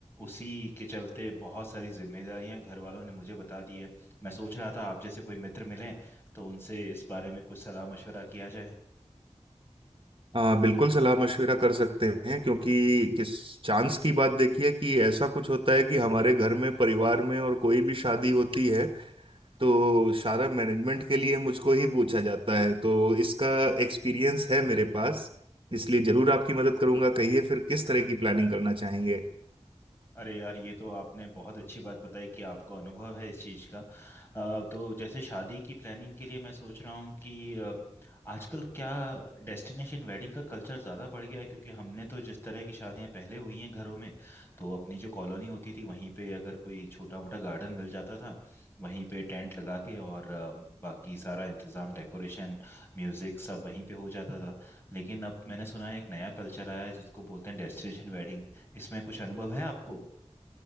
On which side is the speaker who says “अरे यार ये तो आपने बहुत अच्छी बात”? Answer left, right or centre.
Left